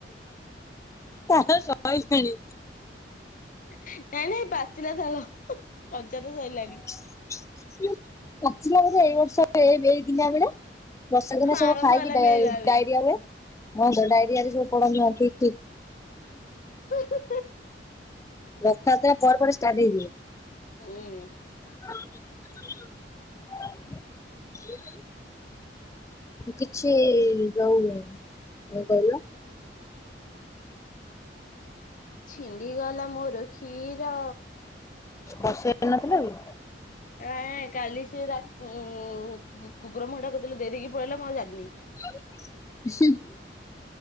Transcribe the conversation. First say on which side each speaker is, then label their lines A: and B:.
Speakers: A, on the left (about 20°); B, on the left (about 50°).
A: ତାଳ ସଇଲାଣି।
B: ନାଇଁ ନାଇଁ ପାଚିଲା ତାଳ। କଞ୍ଚା ତ ସଇଲାଣି
A: ହ ପାଚିଲା ବୋଧେ ଏଇ ବର୍ଷ ଏଇ ଦିନା ବେଳେ ବର୍ଷାଦିନେ ସବୁ
B: ଆରମ୍ଭ
A: ଖାଇକି
B: ହେଲା
A: ଡା
B: ମିଳିବା ଏବେ।
A: ଡାଇରିଆ ହୁଏ ହଁ ତ ଡାଇରିଆ ରେ ସବୁ ପଡନ୍ତି ବାନ୍ତି
B: ହୁଁ
A: ରଥ ଯାତ୍ରା ପରେ ପରେ ଷ୍ଟାର୍ଟ ହେଇଯିବ।
B: ହୁଁ
A: <unintelligible> କିଛି ଯଉ କଣ କହିଲ
B: ଛିଣ୍ଡି ଗଲା ମୋର କ୍ଷୀର।
A: ବଶେଇ ନଥିଲକି।
B: ଆ କାଲି ସେ ରା ଉଁ କୁକୁର ମୁହାଁ କଉଦିନ ଦେଇ ଦେଇକି ପଳେଇଲା ମୁଁ ଆଉ ଜାଣିନି।
A: <inaudible>